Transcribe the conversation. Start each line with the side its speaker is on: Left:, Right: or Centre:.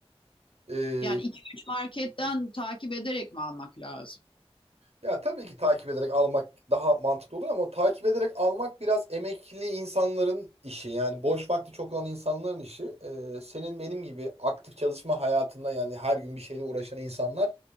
Right: Ee,
Left: Yani iki üç marketten takip ederek mi almak lazım?
Right: ya tabii ki takip ederek almak daha mantıklı olur ama takip ederek almak biraz emekli insanların işi. Yani boş vakti çok olan insanların işi. Ee, senin benim gibi aktif çalışma hayatında yani her gün bir şeyle uğraşan insanlar